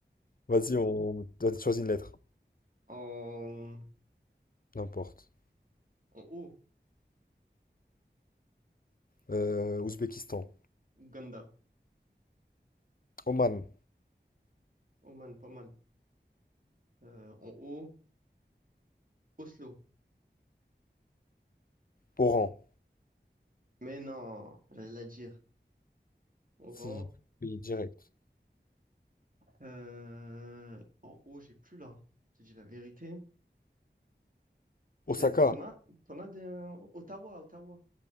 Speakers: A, on the left; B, on the right.
A: Vas-y, on... on choisit une lettre.
B: En,
A: N'importe.
B: en haut,
A: Euh, Ouzbékistan.
B: Ouganda.
A: Oman.
B: Oman, pas mal. Euh, en haut, Oslo.
A: Oran.
B: Mais non, j'allais la dire. Oran.
A: Si. Pays direct.
B: Euh, en haut, j'ai plus là. hein. Je te dis la vérité.
A: Osaka.
B: T'as- T'en as, t'en as des... Ottawa, Ottawa.